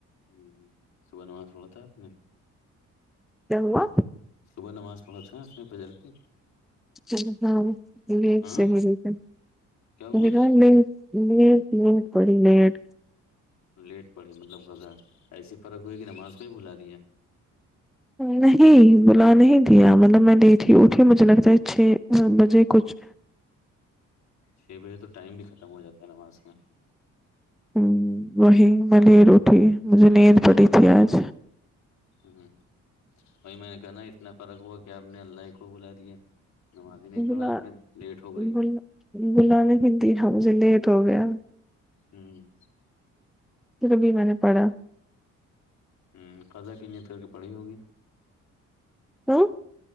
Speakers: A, on the left; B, in the centre.
A: ہ صبح ن وہاں سوڑا تھا آپ نے
B: کیا ہوا
A: صبح نماز پہنچ رہا ہیں اس میں پجر کی
B: چلو ہاں یہ
A: ہاں
B: صحی ہے
A: کیا ہوا
B: مے گ میں م ت کوڑی مٹ
A: لیٹ پڑی مطلب غذا ایسی فرق ہوئی کہ نماز کویں بھلا دیا
B: نہیں بلا نہیں دیا مطلب میں لیٹھی اٹھی مجھے لگتا ہے چھ بجے کچھ
A: چھ بجے تو ٹائم بھی ختم ہو جاتا ہے نا وہاں میں
B: ہ وہی ملی روٹیھی مجھے نیند پڑی تھی آج
A: ہ وہی میں نے کہا ن اتنا فرق ہوا کہ آپ نے اللہ ہی کو بلا دیا نماز ہی نہیں پڑھا
B: بلا
A: ا اپ نے لیٹ ہو گئی
B: بلا بلا نہیں دیا مجھے لیٹ ہو گیا
A: ہوں
B: پھر ابھی میں نے پڑھا
A: ہوں قضا کی نیت کر کے پڑھی ہوگی
B: <inaudible>